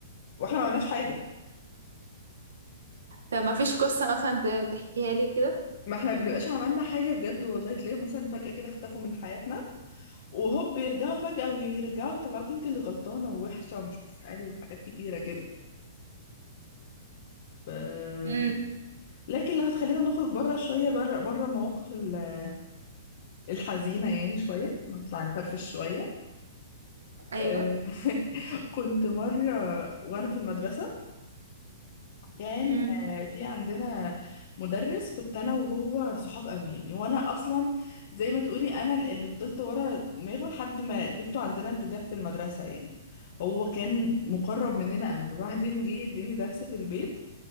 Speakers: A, on the left (about 35°); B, on the right (about 85°).
A: واحنا ما عملناش حاجة
B: طب ما فيش قصه مثلا ت- تحكيها لي كده
A: ما احنا بنبقاش عملنا حاجة بجد والله تلاقيهم مثلا فجأة كده اختفوا من حياتنا وهوب بيرجعوا فجأة ويرجعوا يطلعوك انت اللي غلطانة ووحشة ومش بتسألي وحاجات كتيرة كده ف...
B: امم
A: لكن لو هتخلينا نخرج بره شوية بره بره مواقف ال- الحزينة يعني شوية نطلع نفرفش شوية
B: ايوه
A: آه، <laughs> كنت مرة وأنا في المدرسة كان
B: امم
A: آه، في عندنا مدرس كنت انا وهو صحاب قوي يعني وانا اصلا زي ما تقولي انا اللي فضلت ورا دماغه لحد ما جبته عندنا انتداب في المدرسة يعني هو كان مقرب مننا قوي وبعدين جه اديني درس في البيت